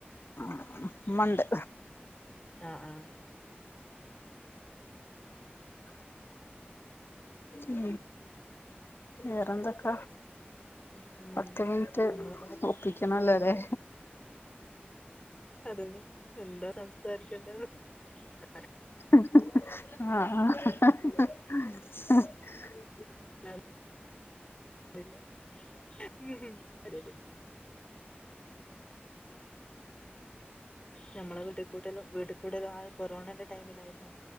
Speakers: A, on the left; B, on the left.
A: ആഹ് ഇമന്ത്
B: ഉം ആഹ് ആഹ്
A: ഉ വേറെന്തൊക്ക
B: പിന്നെ ഉം
A: പത്ത് മിൻറ്റ്
B: നമ്മളെ പോലെ
A: ഒപ്പിക്കണല്ലോല്ലേ
B: അതന്നെ എന്താ സംസാരിക്കേണ്ടന്ന് <inaudible>
A: <inaudible> ആഹ്
B: <unintelligible> <unintelligible> ഞമ്മളെ വീട്ടിക്കൂട്ടലും വീട്ട കൂടലോ ആ കൊറോണേന്റെ ടൈമിലായിര്ന്നു